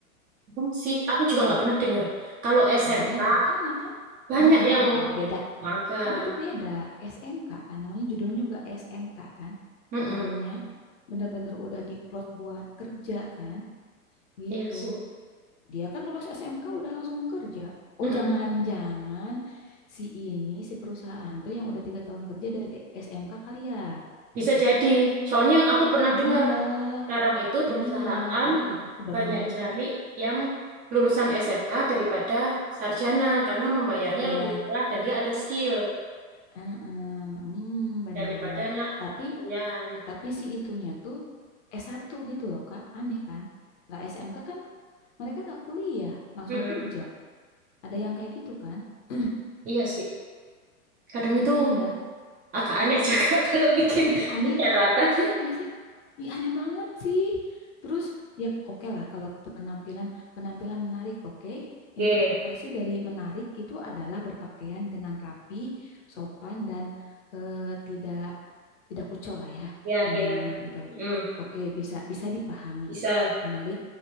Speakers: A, on the right; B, on the left.
A: Belum sih, aku juga nggak pernah dengar. Kalau SMK
B: Nah, iya makanya kan.
A: banyak
B: Nah, itu
A: yang
B: Kak, beda.
A: magang.
B: Kan itu beda SMK kan namanya judulnya juga SMK kan
A: Mm-mm.
B: judulnya. Bener-bener udah diplot buat kerja kan gitu.
A: Iya sih.
B: Dia kan lulus SMK udah langsung kerja. Oh,
A: Mm-mm.
B: jangan-jangan si ini, si perusahaan tuh yang udah tiga tahun kerja dari SMK kali ya?
A: Bisa jadi. Soalnya aku pernah dengar
B: Iya,
A: sekarang itu
B: oh
A: perusahaan
B: iya, oh iya, aku baru
A: banyak
B: ngeh
A: cari
B: lagi.
A: yang lulusan SMK daripada sarjana karena membayarnya
B: Iya,
A: lebih murah dan dia ada skill
B: heeh, hmm, bener-bener.
A: daripada anak
B: Tapi,
A: kuliahan.
B: tapi si itunya tuh S1 gitu loh, Kak. Aneh kan? Lah SMK kan mereka nggak kuliah, langsung
A: Mm-mm.
B: kerja. Ada yang kayak gitu kan? <clears throat>
A: Iya sih. Kadang itu
B: Iya,
A: agak aneh juga <laughs> kalau bikin
B: Ih, aneh,
A: persyaratan.
B: aneh nggak sih? Ih, aneh banget sih. Terus ya oke lah kalau penampilan penampilan menarik oke,
A: Oke,
B: Interpretasi dari menarik itu adalah berpakaian dengan rapi, sopan dan eh, tidak tidak kucel lah ya
A: ya,
B: intinya
A: ya.
B: mah gitu.
A: mm
B: Oke, bisa bisa dipahami.
A: Bisa.
B: Menarik